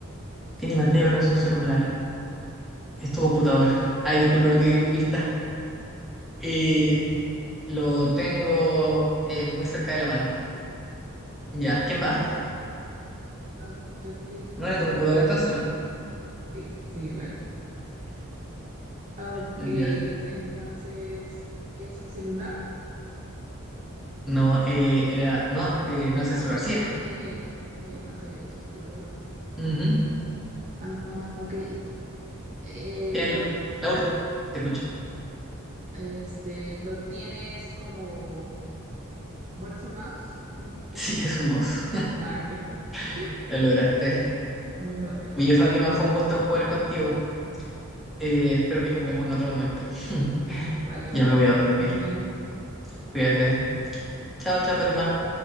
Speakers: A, in the centre; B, on the right.
A: Tiene pantalla, pero no es un celular. Es
B: Sí.
A: tu computador. Ay, disculpa, no te di mi pista. Eh, lo tengo eh, muy cerca de la mano. Ya, ¿y quién va?
B: Ah, lo tienes muy
A: No era
B: cerca
A: tu computador
B: de la mano.
A: entonces, ¿no?
B: Sí, sí, lo era. Ok,
A: Ya.
B: entonces, ¿es un celular?
A: No, eh, era. No, eh, no es
B: Ah,
A: el celular.
B: no, porque
A: Sí es.
B: no tiene, no tiene pantalla, dijiste, ¿verdad?
A: Ujú.
B: Ah, ok. Eh,
A: Tiene
B: lo,
A: la última. Te escucho. <laughs>
B: este, lo tienes como, bueno, es un mouse. Un- un-
A: Sí, es un mouse.
B: Ah, ok.
A: <laughs>
B: <laughs>
A: Lo lograste.
B: Vale, vale.
A: Oye, Fátima, fue un gusto jugar contigo. Eh, espero que juguemos en otro momento. <laughs>
B: Vale, vale,
A: Ya me voy
B: que
A: a dormir.
B: estés bien.
A: Cuídate. Chao, chao, Fátima.